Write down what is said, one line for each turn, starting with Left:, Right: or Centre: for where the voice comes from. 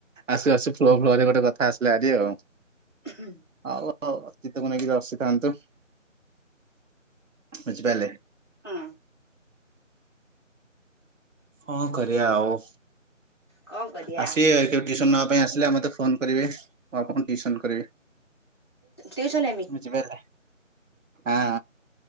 Right: ଆସୁ ଆସୁ ଫ୍ଲୋ ଫ୍ଲୋରେ ଗୋଟେ କଥା ଆସ ଲା ଆଜି ଆଉ
Left: ହୁଁ।
Right: ଆଉ। ଓ ଅତୀତକୁ ନେଇକି ହସିଥାନ୍ତୁ, ବୁଝିପାରିଲେ।
Left: ହଁ।
Right: କଣ କରିବା ଆଉ।
Left: କଣ କରିବା
Right: ଆସିବେ କେବେ ଟିୁସନ ନବା ପାଇଁ ଆସିଲେ ଆ ମତେ ଫୋନ କରିବେ ମୁଁ ଆପଣଙ୍କୁ ଟିଉସନ କରେଇବି।
Left: ଟିଉସନ ହେମି
Right: ବୁଝିପାରିଲେ, ଆଁ।